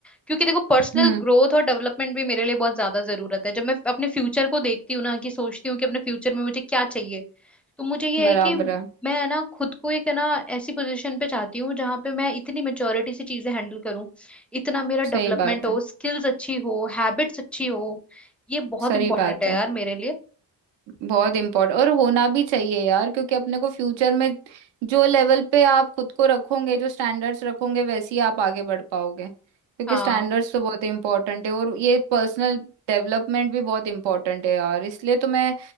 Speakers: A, in the centre; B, on the right.
A: क्योंकि देखो पर्सनल
B: हम्म
A: ग्रोथ और डेवलपमेंट भी मेरे लिए बहुत ज्यादा जरूरत है जब मैं अपने फ्यूचर को देखती हूँ ना कि सोचती हूँ कि अपने फ्यूचर में मुझे क्या चाहिए तो मुझे ये
B: बराबर
A: है कि
B: है
A: मैं है ना खुद को एक है ना ऐसी पोजीशन पे चाहती हूँ जहां पे मैं इतनी मेच्योरिटी से चीजें हैंडल करूँ इतना मेरा
B: सही
A: डेवलपमेंट
B: बात
A: हो
B: है
A: स्किल्स अच्छी हो हैबिट्स अच्छी हो ये बहुत
B: सही
A: इंपॉर्टेंट
B: बात
A: है
B: है
A: यार मेरे लिए
B: बहुत इम्पोर्टेंट और होना भी चाहिए यार क्योंकि अपने को फ्यूचर में जो लेवल पे आप खुद को रखोगे जो स्टैंडर्ड्स रखोगे वैसे ही आप आगे बढ़ पाओगे क्योंकि
A: हाँ
B: स्टैंडर्ड्स तो बहुत इम्पोर्टेंट है और ये पर्सनल डेवलपमेंट भी बहुत इम्पोर्टेंट है यार इसलिए तो मैं